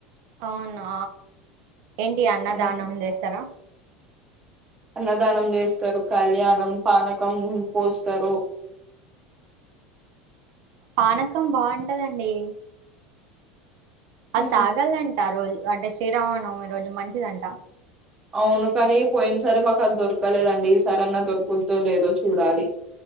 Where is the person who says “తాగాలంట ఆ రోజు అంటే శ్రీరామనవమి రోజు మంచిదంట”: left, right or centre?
Right